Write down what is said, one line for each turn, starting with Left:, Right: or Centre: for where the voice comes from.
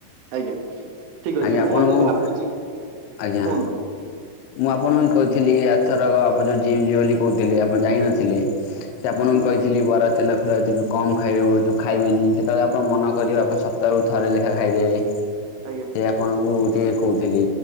Right: ଆଜ୍ଞା ଠିକଅଛି
Left: ଆଜ୍ଞା ଆପଣଙ୍କୁ
Right: ମୁଁ ମତେ ଭାବୁଛି
Left: ଆଜ୍ଞା
Right: କୁହନ୍ତୁ?
Left: ମୁଁ ଆପଣ କୁଇଁ କହିଥିଲି ଏଥରକ ଆପ ଜୋ ଜିମ ଯିିବେବୋଲି କହୁଥିଲେ ଆପଣ ଜାଇ ନଥିଲେ ସେଟା ଆପଣଙ୍କୁ
Right: ହୁଁ
Left: କହିଥିଲି ବରା ତେଲ ଫେଲ କମ ଖାଇବେ ଯଉ ଖାଇବେନି କେତେବେଳେ ଆପଣ ମନ କରିବେ ଆପଣ ସ ସପ୍ତାକୁ ଥରେ ଲେଖା ଖାଇଦେବେ।
Right: ଆଜ୍ଞା।
Left: ସେ ଆପଣଙ୍କୁ ଟିକେ କହୁଥିଲି